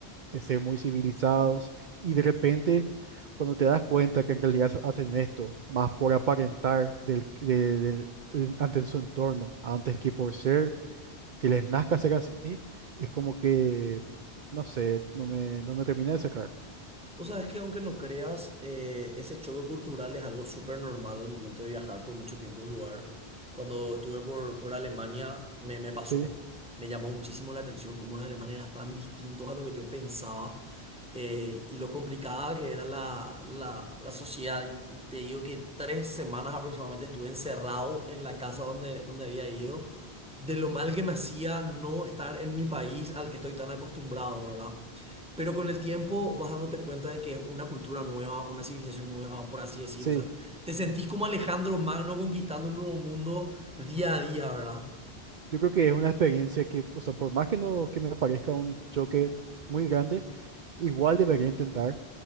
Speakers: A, on the right; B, in the centre.
A: el ser muy civilizados y de repente cuando te das cuenta que en realidad ha- hacen esto más por aparentar del, de- del- en- ante su entorno antes que por ser que les nazca ser así es como que no sé no me no me terminé de cerrar
B: Vos sabés que aunque no creas, eh, ese choque cultural es algo súper normal al momento de viajar por mucho tiempo a un lugar. Cuando estuve por, por Alemania me, me pasó,
A: sí
B: me llamó muchísimo la atención cómo los alemanes eran tan distintos a lo que yo pensaba eh, y lo complicada que era la, la, la sociedad. Y, y te digo que tres semanas aproximadamente estuve encerrado en la casa donde, donde había ido, de lo mal que me hacía no estar en mi país al que estoy tan acostumbrado, ¿verdad? Pero con el tiempo vas dándote cuenta de que es una cultura nueva, una civilización nueva, por así decirlo.
A: sí
B: O sea, te sentís como Alejandro Magno conquistando un nuevo mundo día a día, ¿verdad?
A: yo creo que es una experiencia que o sea por más que no que me parezca un choque muy grande igual debería intentar,